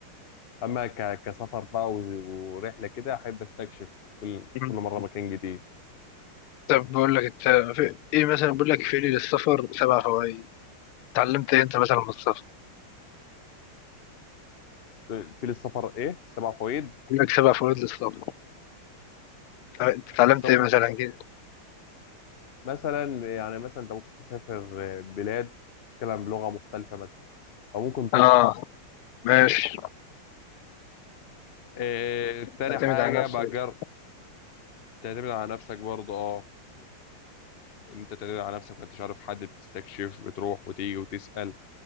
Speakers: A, on the left; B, on the left.
A: اما ك... كسفر بقى و... ورحله كده احب استكشف كل
B: مم.
A: كل مره مكان جديد
B: طب بقول لك انت في ايه مثلا بقول لك في لي للسفر سبع فوائد اتعلمت ايه انت مثلا من السفر
A: في للسفر ايه سبع فوائد
B: بقول لك سبع فوائد للسفر تع- انت اتعلمت
A: السفر
B: ايه مثلا كده
A: مثلا يعني مثلا انت ممكن تسافر بلاد تتكلم بلغه مختلفه مثلا او ممكن تلقط
B: اه ماشي
A: آه، تاني
B: تعتمد
A: حاجة
B: على نفسك
A: بجرب تعتمد على نفسك برضه اه ان انت تعتمد على نفسك ما انتش عارف حد بتستكشف بتروح وتيجي وتسأل